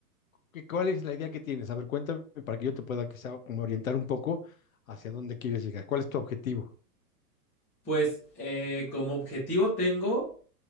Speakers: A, on the left; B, in the centre.
A: qué- cuál es la idea que tienes? A ver, cuéntame para que yo te pueda quizá como orientar un poco hacia dónde quieres llegar. ¿Cuál es tu objetivo?
B: pues eh, como objetivo tengo